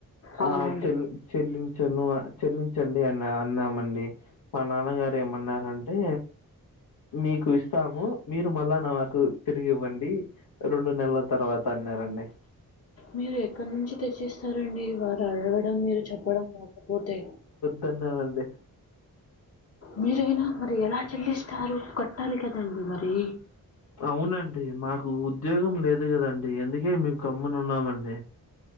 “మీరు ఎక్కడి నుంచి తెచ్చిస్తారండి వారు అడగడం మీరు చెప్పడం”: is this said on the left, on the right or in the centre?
Left